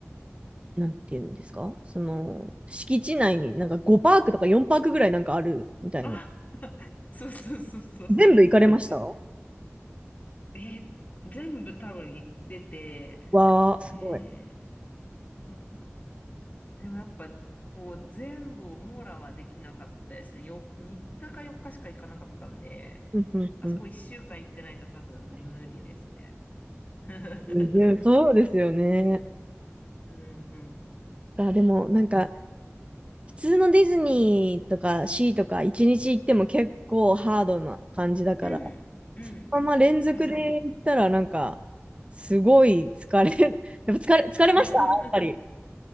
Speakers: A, on the right; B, on the left.
A: なんていうんですかその、敷地内になんか5パークとか4パークぐらいなんかあるみたいな。
B: あそうそうそうそうそうです、
A: 全部行かれましたわ
B: そうです。えー全部多分行ってて、
A: ー、
B: で、
A: すごい。
B: そう。でもやっぱ、こう、全部を網羅はできなかったですね。よ、3日か4日しか行かなかったんで、
A: うんうんうん。
B: あそこ1週間行ってないと多分無理ですね。<laughs>
A: うんそうですよね。
B: うんうん。
A: あ、でも、なんか、普通のディズニーとかシーとか一日行っても結構ハードな感じだから、
B: うん、うん。
A: そのまま連続で行ったらなんか、
B: 確かに。
A: すごい疲れる。<laughs> やっぱ疲れ、疲れましたやっぱり。
B: <laughs>